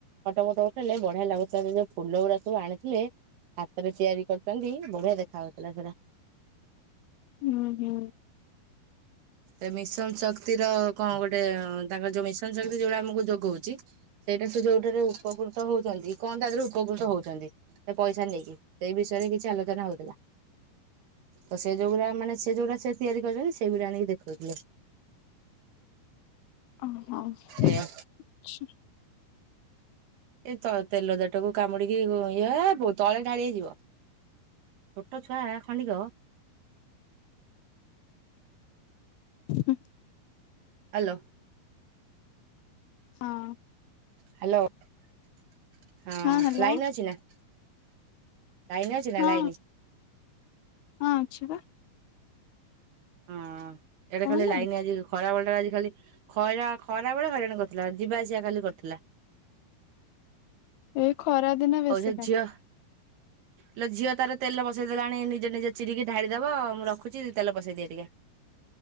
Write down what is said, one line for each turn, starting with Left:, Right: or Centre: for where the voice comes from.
Right: ଫଟ ମୋଟ ଉଠେଇଲେ ବଢିଆ ଲାଗୁଥିଲା ସେ ଯଉ ଫୁଲ ଗୁଡା ସବୁ ଆଣିଥିଲେ ହାତରେ ତିଆରି କର୍ଚନ୍ତି ବଢିଆ ଦେଖା ହଉଥିଲା ସେରା।
Left: ହୁଁ ହୁଁ।
Right: ଏ ମିଶନ୍ ଶକ୍ତିର କଣ ଗୋଟେ ତାଙ୍କର ଯଉ ମିଶନ୍ ଶକ୍ତି ଯଉଳା ଆମକୁ ଯୋଗଉଚି ସେଇଟା ସେ ଯଉଠାରେ ଉପକୃତ ହଉଛନ୍ତି କଣ ତା ଦେହେରେ ଉପକୃତ ହଉଛନ୍ତି। ସେ ପଇସା ନେଇକି ସେଇ ବିଷୟରେ କିଛି ଆଲୋଚନା ହଉଥିଲା। ତ ସେ ଯଉଗୁରା ମାନେ ସେ ଯଉରି ସେ ତିଆରି କରିଚନ୍ତି ସେଇଗୁରି ଆଣିକି ଦେଖଉଥିଲେ।
Left: ଅ ହଁ
Right: ଏଇଆ।
Left: ଛି।
Right: ଏଇ ତ ତେଲ ଜାହାର୍ ଟାକୁ କାମୁଡିକି ଇଏ ହେବୁ ତଳେ ଢାଳି ହେଇଯିବ। ଛୋଟ ଛୁଆ ଖଣ୍ଡିକ
Left: ହୁଁ।
Right: ଆଲୋ।
Left: ହଁ।
Right: ହାଲୋ ହଁ
Left: ହ୍ୟାଲୋ
Right: ଲାଇନ୍ ଅଛି ନା? ଲାଇନି ଅଛି ନା
Left: ହଁ
Right: ଲାଇନି?
Left: ହଁ ଅଛିବା।
Right: ହଁ ଇଆଡ଼େ
Left: କହନି
Right: ଖାଲି ଲାଇନି ଆଜି ଦୁ ଖରା ବେଳେ ଟା ଆଜି ଖାଲି ଖଇରା ଖରା ବେଳେ ହଇରାଣ କର୍ଥିଲା ଯିବାଆସିବା ଖାଲି କର୍ଥିଲା।
Left: ଏଇ ଖରା ଦିନ ବେଶୀ
Right: ଆଉ ସେ
Left: କାଟେ
Right: ଝିଅ ଇଲୋ ଝିଅ ତାର ତେଲ ବସାଇ ଦେଲାଣି ନିଜେ ନିଜେ ଚିରିକି ଢାଳିଦବ ମୁଁ ରଖୁଛି ତେଲ ବସେଇ ଦିଏ ଟିକେ।